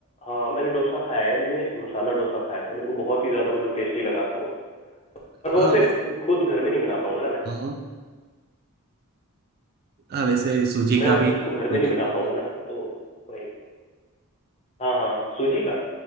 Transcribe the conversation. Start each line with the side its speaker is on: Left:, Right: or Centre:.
Left: हाँ मैंने डोसा खाया है मैंने मसाला डोसा खाया था मेरे को बहुत ही ज्यादा मतलब टेस्टी लगा था वो पर वो
Right: हाँ
Left: फिर
Right: वैसे
Left: खुद घर में नहीं बना पाऊंगा ना मैं
Right: हाँ हाँ वैसे सूजी
Left: मैं
Right: का भी
Left: उसको घर में
Right: बनाते
Left: नहीं बना
Right: हैं
Left: पाऊंगा ना तो वही हाँ हाँ हाँ सूजी का